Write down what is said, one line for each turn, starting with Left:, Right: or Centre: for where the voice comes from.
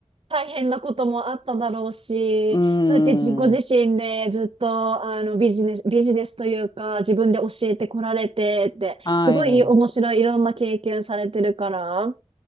Right: 大変なこともあっただろうし、
Left: うー
Right: そうやって自己自身でずっとあのビジネス、
Left: ん。
Right: ビジネスというか自分で教えてこられてって、
Left: はい。
Right: すごい面白いいろんな経験されてるから、